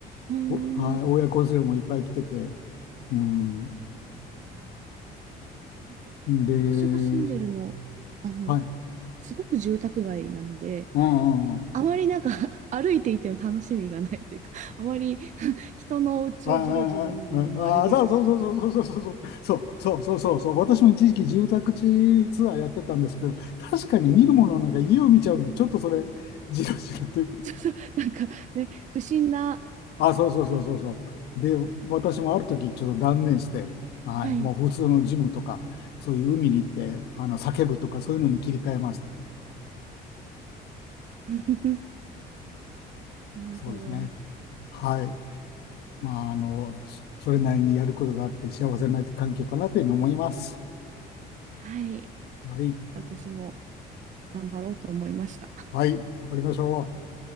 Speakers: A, on the right (about 45°); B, on the left (about 75°).
A: ほー
B: お、はい、
A: ん。
B: 親子連れもいっぱい来てて、うん。
A: なんか、
B: で、
A: 私が住んでるの、あの、
B: はい。
A: すごく住宅街なので、
B: うんうんうん。
A: あまりなんか <laughs> 歩いていても楽しみがないというか、あまり <laughs> 人のお家をじろじろ見るのもあれですし、
B: ああ、ああ、あそうそうそうそうそうそうそうそうそうそうそうそう私も一時期住宅地ツアーやってたんですけど確かに見るものなんか家を見ちゃうんでちょっとそれじろじろと
A: <laughs> そうそうなんかね、不審な、
B: あ、そうそうそうそうそう。
A: あ、
B: で、私もある時ちょっと断念して、はい、
A: はい。
B: もう普通のジムとか、そういう海に行って、あの、叫ぶとかそういうのに切り替えました。
A: <laughs> なるほど。
B: そうですね。
A: なんか、
B: はい。まあ、あの、そそれなりにやることがあって幸せな環境かなというふうに思います。
A: はい。
B: はい。
A: 私も頑張ろうと思いました。
B: はい。頑張りましょう。